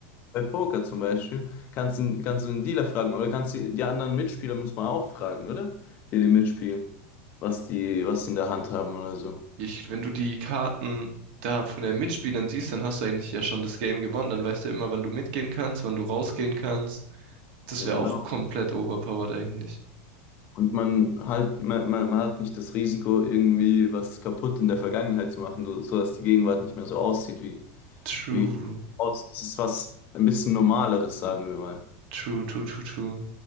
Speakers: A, on the left (about 30°); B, on the right (about 50°).
A: Bei Poker zum Beispiel kannst du, kannst du den Dealer fragen oder kannst die, die anderen Mitspieler muss man auch fragen, oder? Die, die mitspielen, was die, was die in der Hand haben oder so.
B: Ich, wenn du die Karten da von den Mitspielern siehst, dann hast du eigentlich ja schon das Game gewonnen. Dann weißt du ja immer, wann du mitgehen kannst, wann du rausgehen kannst. Das
A: Ja,
B: wäre
A: genau.
B: auch komplett overpowered eigentlich.
A: Und man halt, man, man, man hat nicht das Risiko, irgendwie was kaputt in der Vergangenheit zu machen, so, sodass die Gegenwart nicht mehr so aussieht wie,
B: True,
A: wie aus. Das ist was ein bisschen Normaleres, sagen wir mal.
B: true, true, true, true.